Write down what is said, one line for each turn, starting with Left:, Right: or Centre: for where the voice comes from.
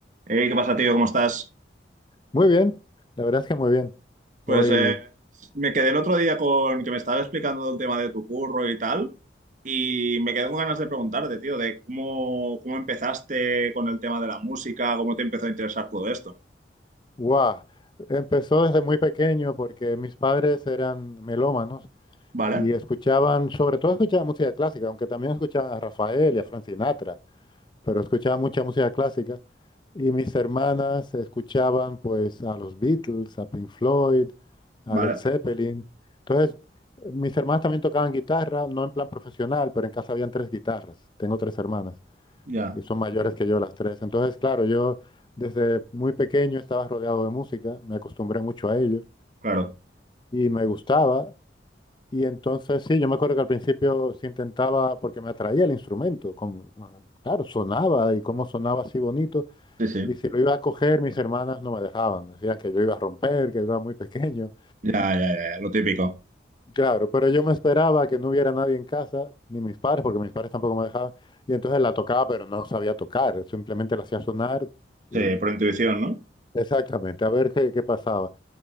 Right: Eh, ¿qué pasa, tío? ¿Cómo estás?
Left: Muy bien, la verdad es que muy bien.
Right: Pues
Left: Hoy,
Right: eh, me quedé el otro día con que me estabas explicando el tema de tu curro y tal, y me quedé con ganas de preguntarte, tío, de cómo, cómo empezaste con el tema de la música, cómo te empezó a interesar todo esto.
Left: wow, empezó desde muy pequeño porque mis padres eran melómanos
Right: ¿Vale?
Left: y escuchaban, sobre todo escuchaban música clásica, aunque también escuchaban a Rafael y a Frank Sinatra, pero escuchaban mucha música clásica. Y mis hermanas escuchaban pues a los Beatles, a Pink Floyd, a
Right: Vale,
Left: Led Zeppelin. Entonces, mis hermanas también tocaban guitarra, no en plan profesional, pero en casa habían tres guitarras. Tengo tres hermanas.
Right: ya,
Left: y son mayores que yo las tres. Entonces, claro, yo desde muy pequeño estaba rodeado de música, me acostumbré mucho a ello
Right: claro.
Left: y me gustaba. Y entonces, sí, yo me acuerdo que al principio se intentaba, porque me atraía el instrumento, con- ah, claro, sonaba y cómo sonaba así bonito.
Right: Sí, sí.
Left: Y si lo iba a coger, mis hermanas no me dejaban, decían que yo iba a romper, que yo era muy pequeño.
Right: Ya, ya, ya, ya, lo típico.
Left: Claro, pero yo me esperaba que no hubiera nadie en casa, ni mis padres, porque mis padres tampoco me dejaban. Y entonces la tocaba, pero no sabía tocar, simplemente la hacía sonar y,
Right: Sí, por intuición, ¿no?
Left: Exactamente, a ver qué, qué pasaba.